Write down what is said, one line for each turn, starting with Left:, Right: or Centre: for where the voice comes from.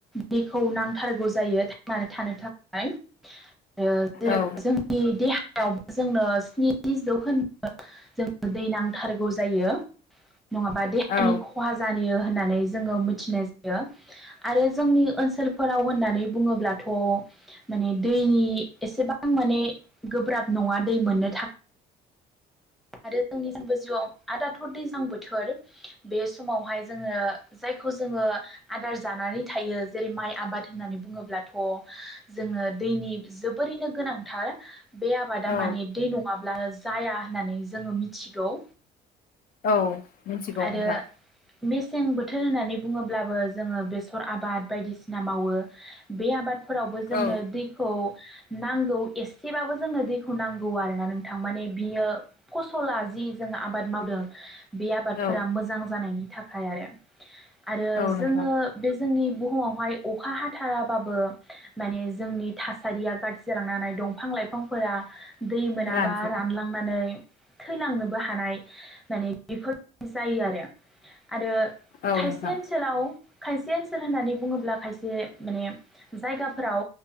Centre: दैखौ नांथारगौ जायो थांनानै थानो थाखाय आरो जे
Left: औ
Centre: <inaudible> जोंनि देहा <inaudible> जोंनो स्नि जौन्दो जोंनो दै नांथारगौ जायो नङाबा देहानि
Left: औ
Centre: खहा जायो होननानै जोङो मिथिनाय जायो आरो जोंनि ओनसोलफोराव होननानै बुङोब्लाथ' माने दैनि एसेबां माने गोब्राब नङा दै मोननो था <inaudible> आरो जोंनि जिआव आरो दाथ' दैजलां बोथोर बे समावहाय जोङो जायखौ जोङो आदार जानानै थायो जेरै माइ आबाद होननानै बुङोब्लाथ' जोङो दैनि जोबोरैनो गोनांथार बे आबादा
Left: औ
Centre: माने दै नङाब्लानो जाया होननानै जोङो मिथिगौ
Left: औ मिनथिगौ
Centre: आरो
Left: नोंथां
Centre: मेसें बोथोर होननानै बुङोब्लाबो जोङो बेसर आबाद बायदिसिना मावो बे आबाद फोरावबो जोंनो
Left: औ
Centre: दैखौ नांगौ एसेबाबो जोंनो दैखौ नांगौ आरोना नोंथां माने बियो फ'सला जि जों आबाद मावदों बे आबादफोरा
Left: औ
Centre: मोजां जानायनि थाखाय आरो। आरो
Left: औ
Centre: जोङो
Left: नोंथां
Centre: बे जोंनि बुहुमावहाय अखा हाथाराबाबो <unintelligible> माने जोंनि थासारिया गाज्रि जालांनो हानाय दंफां लाइफांफोरा। दै मोनाबा
Left: रानजोबो
Centre: रानलांनानै थैलांनोबो हानाय <unintelligible> माने बिफोर जायो आरो। आरो
Left: औ
Centre: खायसे
Left: नोंथां
Centre: ओनसोलाव खायसे ओनसोल होननानै बुङोब्ला खायसे माने जायगाफोराव